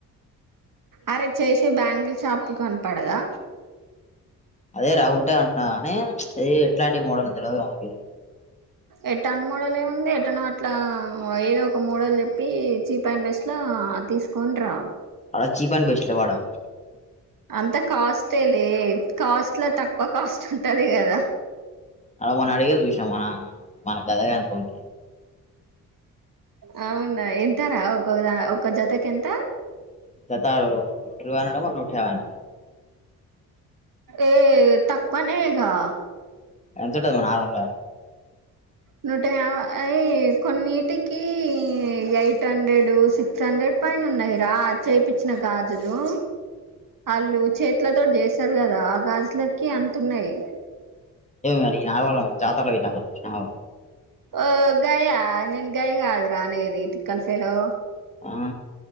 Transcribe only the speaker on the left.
అదేరా ఉంటదంటన్నా గని ఏ ఎట్లాంటి మోడలు తెలువదు నాకి
వా చీప్ అండ్ బెస్ట్లో ఆడా
అలా మొన్న అడిగే చూస్నమ్ మనం మన కదేదనుకుంట లే
జతారు ట్రూ <unintelligible> అన్నాడో నూటా యవై అన్నాడో
ఎంత ఉంటది నార్మల్గా
మరి నగారం జతరల పెట్టినప్పుడు జూస్నవ
ఆ